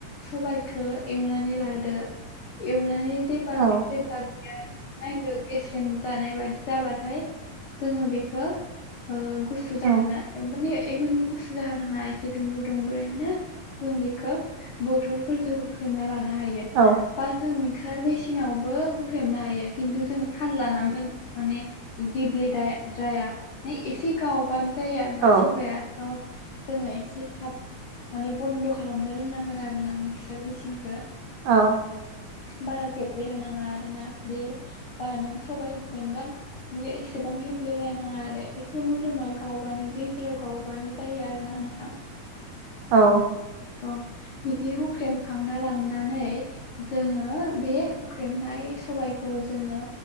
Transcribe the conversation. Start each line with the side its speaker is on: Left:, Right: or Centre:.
Left: सबाइखौ एवनानै लादो एवनानै जे
Right: औ
Left: जेब्ला बियो नायदो गेस्रेम जानाय बादि जाबाथाय जोङो बेखौ गुसु जाहोना
Right: औ
Left: माने <unintelligible> गुसु जानाङा एसे दुंब्रु दुंब्रुयैनो जों बेखौ बथलफोरजों होख्रेमना लानो हायो
Right: औ
Left: बा जों मिक्सार मेसिनावबो हुख्रेबनो हायो खिन्थु जों थाल लानांगोन माने गेब्ले जाया ना एसे गावबानो जाया आरो ना
Right: औ
Left: सबाया जोङो एसे थाब माने बन्द' खालामनो रोंनांगोन आरो ना मिक्सार मेसिनखौ
Right: औ
Left: बारा गेब्लेहोनाङा आरोना बे जा नों सबाइ हफ्लेमगोन बियो एसेबां गेब्लेलायनाङा आरो एसे मोदोमा गावबानो गेजेराव गावबानो जायो आरोना नोंथां
Right: औ
Left: औ बिदि हुख्रेम खांना लांनानै जोङो बे हुख्रेमनाय सबायखौ जोङो